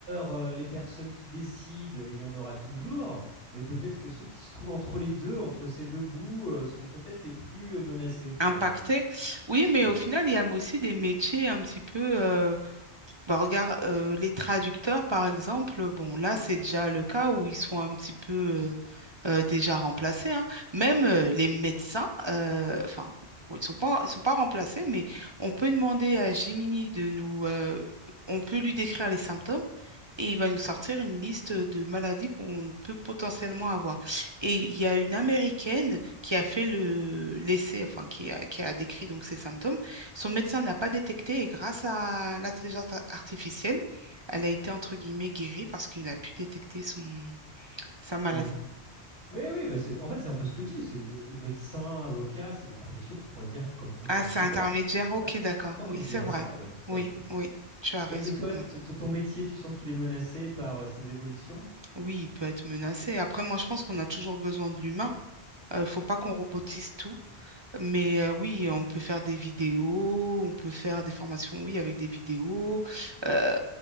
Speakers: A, on the right; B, on the right.
A: euh, les personnes qui décident, il y en aura toujours. Mais peut-être que ceux qui se trouvent entre les deux, entre ces deux bouts, euh, sont peut-être les plus menacés au final.
B: impacté.
A: j'ai-
B: Oui, mais
A: Ouais.
B: au final, il y a aussi des métiers un petit peu euh, bah, regarde, euh, les traducteurs, par exemple, bon, là, c'est déjà le cas où ils sont un petit peu euh, euh, déjà remplacés, hein. Même euh, les médecins,
A: Absolument.
B: euh, enfin, bon, ils sont pas, ils sont pas remplacés, mais on peut demander à Gemini de nous, euh, on peut lui décrire les symptômes et il va nous sortir une liste de maladies qu'on peut potentiellement avoir. Et il y a une Américaine qui a fait le, l'essai, enfin, qui a, qui a décrit donc ses symptômes. Son médecin n'a pas détecté et grâce à l'intelligence ar- artificielle, elle a été entre guillemets guérie parce qu'il a pu détecter son, sa maladie.
A: Oui. Oui, oui, bah c'est- en fait, c'est un peu ce que je dis. C'est euh, le médecin, avocat, c'est des professions qu'on pourrait dire comme intermédiaires,
B: Ah, c'est intermédiaire,
A: quelque part.
B: ok, d'accord.
A: Moi,
B: Oui,
A: moi, je dirais
B: c'est vrai.
A: ça, oui, en tout cas.
B: Oui,
A: je-
B: oui, tu as raison.
A: Et, et toi,
B: ouais.
A: t- t- ton métier, tu sens qu'il est menacé par euh, ces évolutions?
B: Oui, il peut être menacé. Après, moi, je pense qu'on
A: Ouais,
B: a toujours besoin de l'humain. Il faut pas
A: bien
B: qu'on
A: sûr.
B: robotise tout. Mais euh, oui, on peut faire des vidéos, on peut faire des formations, oui, avec des vidéos. Euh,